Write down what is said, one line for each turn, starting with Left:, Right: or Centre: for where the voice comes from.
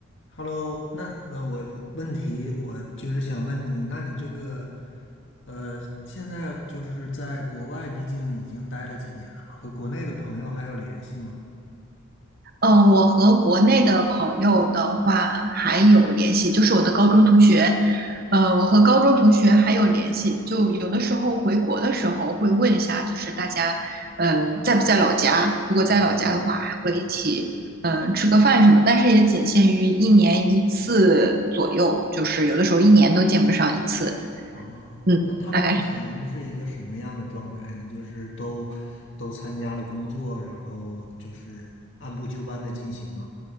Left: Hello，那呃，我问题我就是想问你，那你这个呃，现在就是在国外，毕竟已经待了几年了嘛，和国内的朋友还有联系吗？
Right: 嗯，呃我和国内的朋友的话还有联系，就是我的高中同学，呃，我和高中同学还有联系，就有的时候回国的时候会问一下，就是大家，嗯、在不在老家？如果在老家的话，
Left: 哦
Right: 还会一起，嗯、吃个饭什么，但是也仅限于一年一次左右，就是有的时候一年都见不上一次，
Left: 哦，
Right: 嗯，
Left: 那他们目前是一个什么样的状态呢？
Right: 大概是。
Left: 就是都都参加了工作，然后就是按部就班的进行吗？